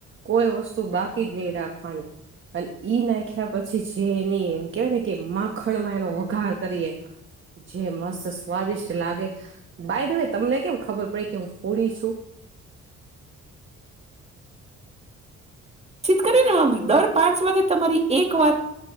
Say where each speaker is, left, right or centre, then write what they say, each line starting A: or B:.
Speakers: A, on the right (about 40°); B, on the right (about 20°).
A: કોઈ વસ્તુ બાકી જ નહી રાખવાની. અન ઈ નાખ્યા પછી જે એની એમ કેવાય ને કે મા ખણમાં એનો વઘાર કરીએ. જે મસ્ત સ્વાદિષ્ટ લાગે. બાાય ધ વે તમને કેમ ખબર પડે કે હું ફૂડી છું?
B: ચિત કરીને દર પાંચ વાગે તમારી એક વાત